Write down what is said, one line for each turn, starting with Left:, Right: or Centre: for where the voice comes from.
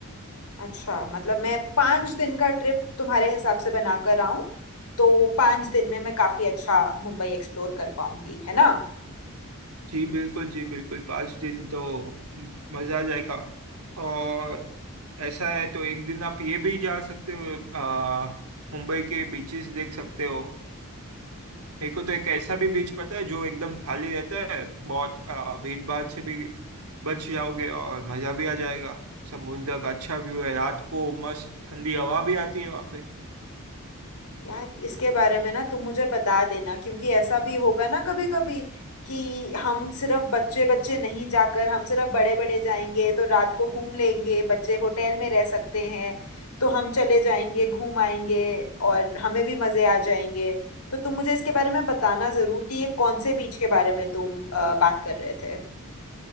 Left: अच्छा मतलब मैं पाँच दिन का ट्रिप तुम्हारे हिसाब से बनाकर आऊं तो पाँच दिन में मैं काफी अच्छा मुंबई एक्सप्लोर कर पाऊंगी है ना
Right: जी बिल्कुल जी बिल्कुल पाँच दिन तो मज़ा आ जाएगा और ऐसा है तो एक दिन आप ये भी जा सकते हो अ, मुंबई के बीचेस देख सकते हो मेरे को तो एक ऐसा भी बीच पता है जो एकदम खाली रहता है बहुत अ, भीड़ भाड़ से भी बच जाओगे और मजा भी आ जाएगा समुद्र का अच्छा व्यू है रात को मस्त ठंडी हवा भी आती है वहाँ पे
Left: यार इसके बारे में ना तुम मुझे बता देना क्योंकि ऐसा भी होगा ना कभी कभी कि हम सिर्फ बच्चे बच्चे नहीं जाकर हम सिर्फ बड़े बड़े जाएंगे तो रात को घूम लेंगे बच्चे होटल में रह सकते हैं तो हम चले जाएंगे घूम आएंगे और हमें भी मजे आ जाएंगे तो तुम मुझे इसके बारे में बताना जरूर कि ये कौन से बीच के बारे में तुम अ, बात कर रहे थे